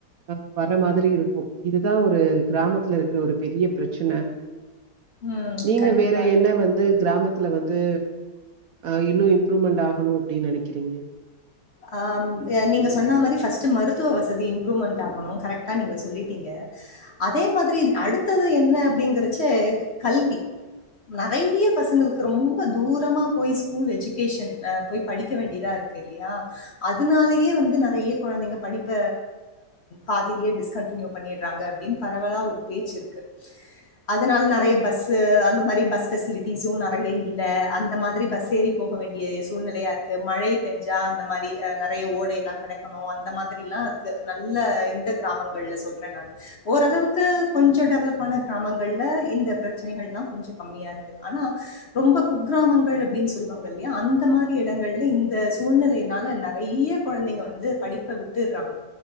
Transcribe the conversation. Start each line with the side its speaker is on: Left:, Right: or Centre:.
Right: அ வர மாரி இருக்கும் இதுதா ஒரு கிராமத்துல இருக்குற ஒரு பெரிய பிரச்சன
Left: ம்.
Right: நீங்க
Left: கண்டிப்பா
Right: வேற என்ன வந்து கிராமத் தல வந்து அ இன்னு இம்ப்ரூவ்மெண்ட் ஆகணு அப்டி நெனைக்கிறீங்க
Left: ஆம் நீங்க சொன்னா மாரி ஃபஸ்ட்டு மருத்துவ வசதி இம்ப்ரூ்மெண்ட் ஆகணும் கரெக்டா நீங்க சொல்லிட்டிங்க அதே மாதிரி அடுத்தது என்ன அப்படிங்கறச்ச கல்வி நெறைய பசங்களுக்கு ரொம்ப தூரமா போய் ஸ்கூல் எஜுகேஷன் போய் படிக்க வேண்டியதா இருக் தெர்லீயா அதனாலையே வந்து நெறைய கொழந்தைங்க படிப்ப பாதிலியே டிஸ்கண்டினியூ பண்ணிடுறாங்க அப்டினு பரவலா ஒரு பேச் இருக்கு அதனால நறைய பஸ்ஸு அந்த மாரி பஸ் பெசிலிட்டிஸும் நெறைய இல்ல அந்த மாரி பஸ் ஏறிப் போக வேண்டிய சூழ்நெலையா இருக்கு மழை பேஞ்சா அந்த மாரி நெறைய ஓடையல்லாம் கடக்கணும் அந்த மாதிரிலாம் இருக்கு நல்ல இந்த கிராமங்கள்ல சொல்றன் நான் ஓரளவுக்கு கொஞ்ஜோம் டெவலப் ஆன கிராமங்கள்ல இந்த பிரச்சனைகள்ளாம் கொஞ்ஜோம் கம்மியா இருக்கு ஆனா ரொம்ப குக்கிராமங்கள் அப்டின்னு சொல்லுவாங்க இல்லையா அந்த மாரி இடங்கள்ல இந்த சூழ்நிலை இ அதனால நெறைய கொழந்தைங்க வந்து படிப்ப விட்டுறாங்க